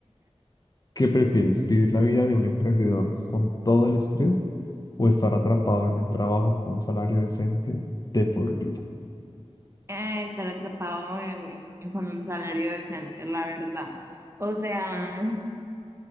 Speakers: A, on the left (about 35°); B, on the right (about 25°).
A: ¿Qué prefieres? ¿Vivir la vida de un emprendedor con todo el estrés o estar atrapado en un trabajo con un salario decente de por vida?
B: Eh, estar atrapado en- en- con un salario decente, la verdad. O sea,